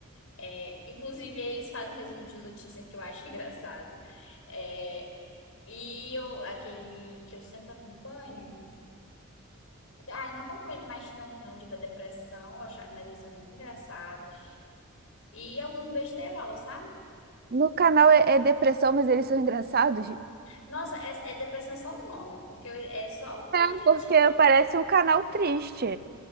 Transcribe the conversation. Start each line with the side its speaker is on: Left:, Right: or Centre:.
Left: É, inclusive, eles fazem resumo de notícia que eu acho <laughs> engraçado. É, e eu, aquele que eu sempre acompanho. Ah, eu não acompanho mais tanto, não, de ver depressão, eu acho- mas eles são muito engraçados. E alguns besterol, sabe?
Right: No canal é, é depressão, mas eles são engraçados.
Left: Nossa, é, é depressão é só o nome, porque eu- é só pra
Right: É,
Left: gente
Right: porque
Left: rir.
Right: parece um canal triste.